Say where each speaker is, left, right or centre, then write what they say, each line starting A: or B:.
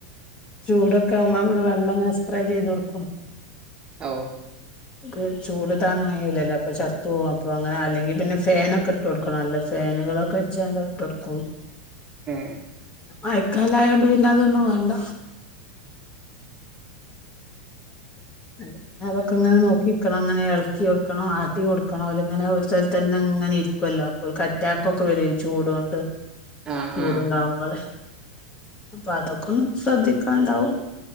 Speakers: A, on the left; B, on the right.
A: ചൂടൊക്കെ ആകുമ്പോ നമ്മള് വെള്ളം അങ്ങെ സ്പ്രേ ചെയ്തു കൊടുക്കും
B: അവോ
A: ക്ക് ചൂട് താങ്ങായുല്ലല്ലോ അപ്പൊ ചത്തു പോകും അപ്പൊ അങ്ങനെ അല്ലെങ്കിൽ പിന്നെ ഫാനൊക്കെ ഇട്ട് കൊടുക്കണം നല്ല ഫാൻ <unintelligible> കളൊക്കെ വെച്ച് ക്കാണ്ട് ഇട്ട് ഒടുക്കും
B: ഉം
A: ആയക്കാല ആയോണ്ട് പിന്നെ അതൊന്നും വേണ്ട അ അതൊക്കെ ഇങ്ങനെ നോക്കിക്കണം അങ്ങനെ എൾക്കി കൊടുക്കണോ ആട്ടി കൊടുക്കണോ ഓല് ഇങ്ങനെ ഒരു സ്ഥൽത്തെന്നെ ഇങ്ങനെ ഇരിക്കുല്ലോ അപ്പോൾ അറ്റാക്ക ഒക്കെ വര ചൂട് കൊണ്ട്
B: ആഹ്
A: ചൂടുണ്ടാവുമ്പോള്
B: ആഹ്
A: അപ്പൊ അതൊക്കെ ഒന്നും ശ്രദ്ധിക്കാൻണ്ടാവും